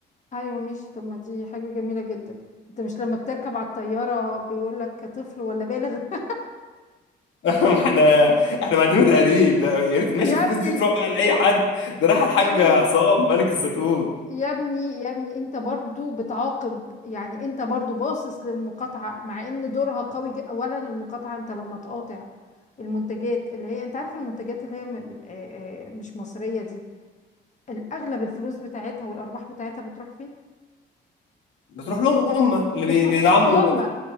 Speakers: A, on the left; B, on the left.
A: ايوه ماشي طب ما دي حاجة جميلة جدا انت مش لما بتركب على الطيارة بيقول لك طفل ولا بالغ <laughs>
B: <laughs> ما احنا احنا معدينه تقريب ده يا ريت ماشي
A: يا
B: الفلوس
A: ابني
B: دي تروح بقى لاي حد ده راح الحاج
A: يا ابني
B: عصام ملك الزيتون
A: يا ابني يا ابني انت برضو بتعاقب يعني انت برضو باصص للمقاطعة مع ان دورها قوي جدا اولا المقاطعة انت لما تقاطع المنتجات اللي هي انت عارف المنتجات اللي هي م- م- آه- آه مش مصرية دي الاغلب الفلوس بتاعتها والارباح بتاعتها بتروح فين
B: بتروح لهم هم اللي
A: بتروح
B: بي- بيدعموا
A: لهم هم